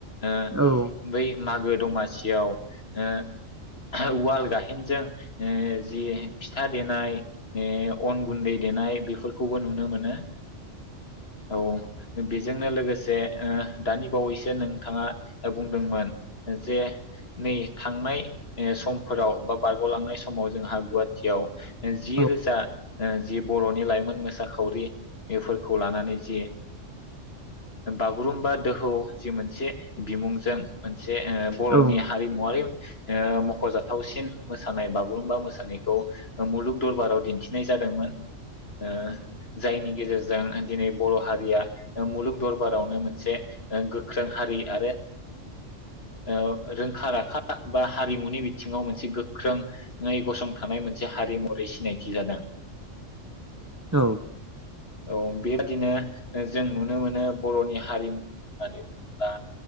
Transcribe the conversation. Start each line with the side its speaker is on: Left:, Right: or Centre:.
Left: ओ
Right: औ
Left: बै मागो दमासि याव ओ हो उवाल गाहेनजों ओ जि फिथा देनाय ओ अन गुन्दै देनाय बेफोरखौबो नुनो मोनो। औ बेजोंनो लोगोसे ओ दानि बावैसो नोंथाङा बुंदोंमोन जे नै थांनाय ओ समफोराव बा बारगलांनाय समाव जोंहा गुवातियाव जि
Right: औ
Left: रोजा ओ जि बर'नि लाइमोन मोसाखावरिफोरखौ लानानै जि बागुरुम्बा दोहौ जि मोनसे बिमुंजों जे ओ बर'नि
Right: औ
Left: हामुवारि ओ मख'जाथावसिन मोसानाय बागुरुम्बा मोसानायखौ मुलुग दरबाराव दिन्थिनाय जादोंमोन। ओ जायनि गेजेरज जों दिनै बर' हारिया मुलुग दरबारावनो मोनसे गोख्रों हारि आरो ओ ओ रोंखा राखा बा हारिमुनि बिथिङाव मोनसे गोख्रोङै गसंथानाय मोनसे हारि महरै सिनायथि जादों।
Right: औ
Left: औ बेनो बिदिनो जों नुनो मोनो बर'नि हारिमु होननानै बुङोब्ला